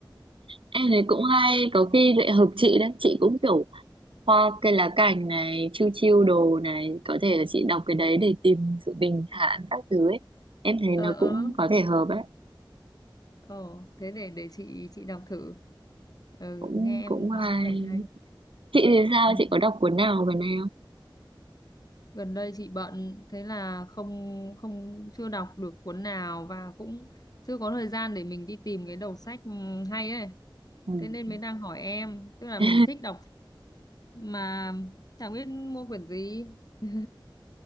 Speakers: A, on the right; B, on the left.
A: em
B: <laughs>
A: thấy cũng hay có khi lại hợp chị đấy chị cũng kiểu hoa cây lá cành này chiêu chiêu đồ này có thể là chị đọc cái đấy để tìm sự bình thản các thứ ấy em thấy
B: ờ
A: nó
B: ờ
A: cũng có thể hợp ấy
B: Ồ, thế để để chị chị đọc thử. Ừ,
A: cũng
B: nghe em
A: cũng hay
B: nói có vẻ hay.
A: chị thì sao
B: Ừ.
A: chị có đọc cuốn nào gần đây
B: Gần đây chị bận thế là không không chưa đọc được cuốn nào và cũng chưa có thời gian để mình đi tìm cái đầu sách ừ, hay ấy.
A: không
B: Thế nên mới đang hỏi em, tức là
A: ừ.
B: mình thích đọc mà chẳng biết mua quyển gì. <laughs>